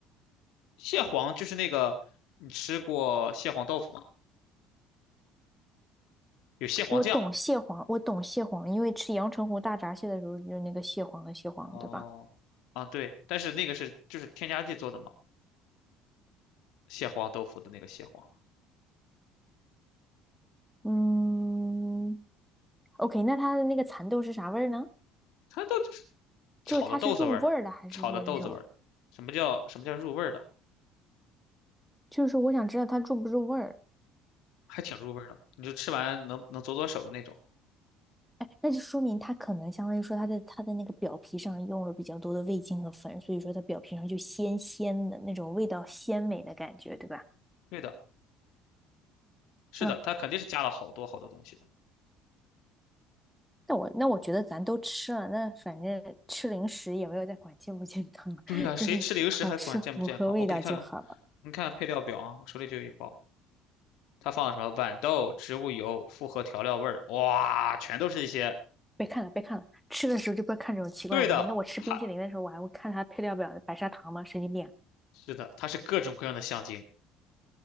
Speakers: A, on the left; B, in the centre.
A: 蟹黄就是那个，你吃过蟹黄豆腐吗？有蟹黄酱。
B: 我懂蟹黄，我懂蟹黄，因为吃阳澄湖大闸蟹的时候就那个蟹黄的蟹黄，
A: 哦，
B: 对吧？
A: 啊对，但是那个是就是添加剂做的嘛，蟹黄豆腐的那个蟹黄，
B: 嗯，OK，那它的那个蚕豆是啥味儿呢？
A: 它都就是炒的豆子味儿，
B: 就是它是入味儿的，还是说是什么？
A: 炒的豆子味儿。什么叫什么叫入味儿的？
B: 就是我想知道它入不入味儿。
A: 还挺入味儿的，你就吃完能能左左手的那种。
B: 那就说明它可能相当于说它的它的那个表皮上用了比较多的味精和粉，所以说它表皮上就鲜鲜的那种味道鲜美的感觉，对吧？
A: 对的，是的，
B: 是吗？
A: 它肯定是加了好多好多东西的。
B: 那我那我觉得咱都吃了，那反正吃零食也没有在管健不健康，
A: 对呀、
B: <laughs> 就是好吃符合味道就好了。
A: 谁吃零食还管健不健康？我给你看看，你看看配料表啊，我手里就有一包，它放了什么豌豆、植物油、复合调料味儿，哇，全都是一些。
B: 别看了，别看了，吃的时候就不要看这种奇怪的东西。
A: 对的，
B: 那我吃冰淇淋的时候，
A: 它
B: 我还会看它配料表白砂糖吗？神经病
A: 是的，它是各种各样的香精，